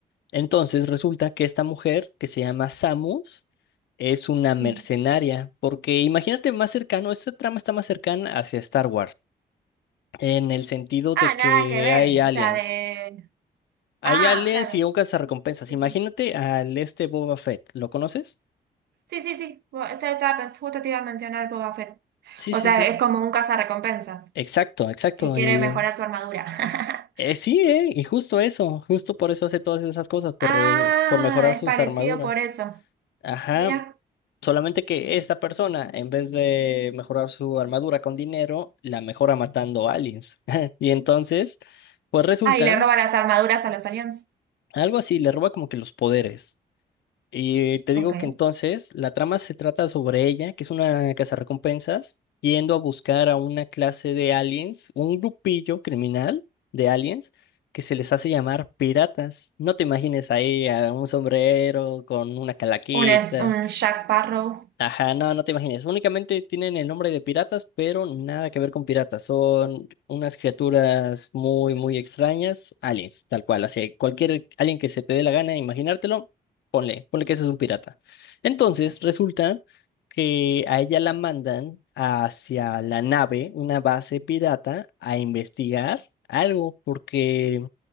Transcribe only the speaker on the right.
Sí.
Ah,
nada
que ver.
O sea, de.
Ah,
claro.
Sí,
sí.
Sí, sí, sí. Bueno, este estaba pens- justo te iba a mencionar Boba Fett.
O
sea,
es como un cazarrecompensas
que quiere
mejorar su armadura. <laughs>
Ah,
es parecido
por eso.
Mira.
Ah, y le roba las armaduras a los aliens.
Ok.
Un es un Jack Barrow.